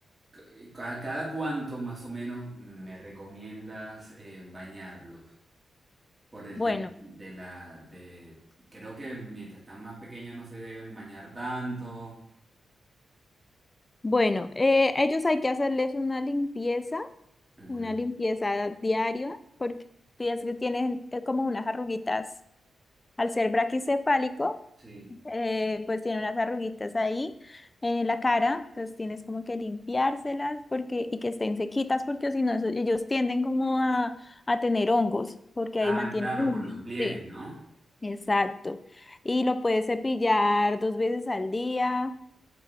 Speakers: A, on the right; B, on the left.
A: c- eh, ca- cada cuánto más o menos me recomiendas eh, bañarlos por el
B: Bueno,
A: tema de la de creo que mientras están más pequeños no se deben bañar tanto.
B: bueno, eh, ellos hay que hacerles una limpieza,
A: Ujú,
B: una limpieza diaria, porque piensas que tienen eh, como unas arruguitas al ser braquicefálico.
A: Sí.
B: eh, pues tiene unas arruguitas ahí en la cara, entonces tienes como que limpiárselas porque, y que estén sequitas porque si no, eso- ellos tienden como a, a tener hongos porque
A: Ah,
B: ahí mantienen
A: claro,
B: húmedo,
A: por los pliegues,
B: sí,
A: ¿no?
B: exacto. Y lo puedes cepillar dos veces al día,